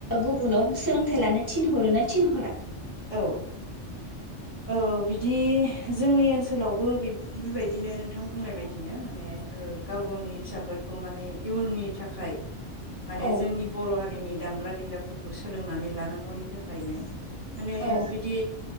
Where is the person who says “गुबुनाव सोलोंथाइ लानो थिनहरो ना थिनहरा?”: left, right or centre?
Left